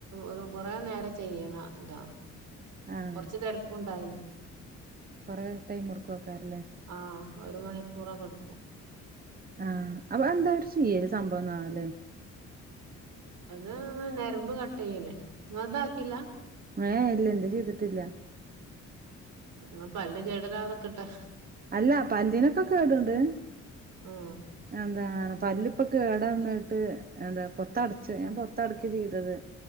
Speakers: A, on the right (about 80°); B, on the right (about 30°).
A: ഒരു കൊറെ നേരം ചെയ്യണ ഇതാ
B: ആഹ്
A: കൊറച്ച് തിരക്കും ഉണ്ടായിനി
B: കൊറെ ടൈം കൊടുക്കുവക്കാരല്ലേ
A: ആ ഒരു മണിക്കൂറൊക്കെടുക്കും
B: ആ അപ്പൊന്താ അവര് ചെയ്യല് സംഭവന്നാവല്ലേ
A: അത് ഞരമ്പ് കട്ട് ചെയ്യല്ലേ ങ്ങൾതാക്കീല്ല
B: ഏ ഇല്ലല്ല അത് ചെയ്തിട്ടില്ല
A: ആ പല്ല് കേടരാതക്കട്ടെ
B: അല്ല പല്ലിനൊക്കെ കേടുണ്ട്
A: ആ
B: എന്താണ് പല്ലുപ്പൊ കേടന്നിട്ട് എന്താ പൊത്തടച്ച് ഞാൻ പൊത്തടക്കാചെയ്തത്